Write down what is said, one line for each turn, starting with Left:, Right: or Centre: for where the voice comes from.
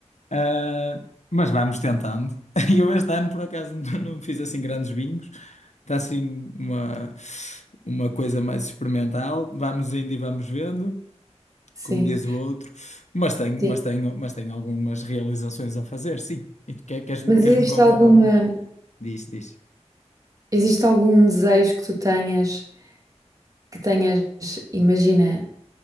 Left: Ah, mas vamos tentando. <laughs> E eu este ano, por acaso, <laughs> não não fiz assim grandes bingos. Está assim uma, uma coisa mais experimental. Vamos indo e vamos vendo
Right: sim,
Left: como diz o outro, mas tenho,
Right: sim.
Left: mas tenho, mas tenho algumas realizações a fazer, sim. E tu que- queres-me
Right: Mas
Left: queres-me
Right: existe
Left: contar
Right: alguma,
Left: alguma? Diz, diz.
Right: existe algum desejo que tu tenhas, que tenhas, imagina,